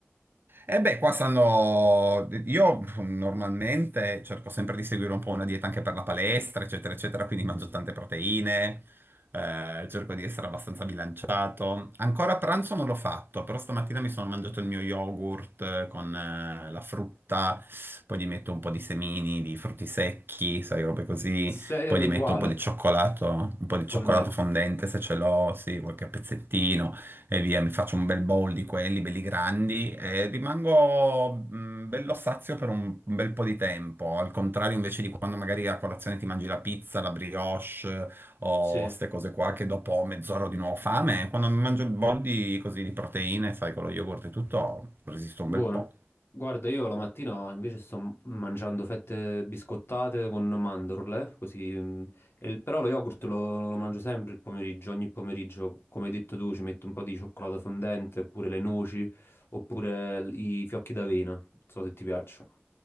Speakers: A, on the right (about 55°); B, on the left (about 65°).
A: E beh, qua stanno... Io normalmente cerco sempre di seguire un po' una dieta anche per la palestra, eccetera, eccetera, quindi mangio tante proteine, eh, cerco di essere abbastanza bilanciato. Ancora a pranzo non l'ho fatto, però stamattina mi sono mangiato il mio yogurt eh, con eh, la frutta, poi gli metto un po' di semini, di frutti secchi, sai, robe così,
B: Se
A: poi gli
B: uguale,
A: metto un po' di cioccolato, un po' di cioccolato
B: fondente.
A: fondente se ce l'ho, sì, qualche pezzettino, e via, mi faccio un bel bowl di quelli belli grandi e rimango mh, bello sazio per un bel po' di tempo. Al contrario, invece di quando magari a colazione ti mangi la pizza, la brioche o
B: Sì.
A: queste cose qua, che dopo mezz'ora ho di nuovo fame, quando mi mangio il bowl di, così, di proteine, sai, con lo yogurt e tutto, resisto
B: Buono.
A: un bel po'.
B: Guarda, io la mattina invece sto m- mangiando fette biscottate con mandorle, così. mm, e il- però lo yogurt lo, lo mangio sempre il pomeriggio, ogni pomeriggio, come hai detto tu, ci metto un po' di cioccolato fondente, oppure le noci, oppure l- i fiocchi d'avena, non so se ti piacciono.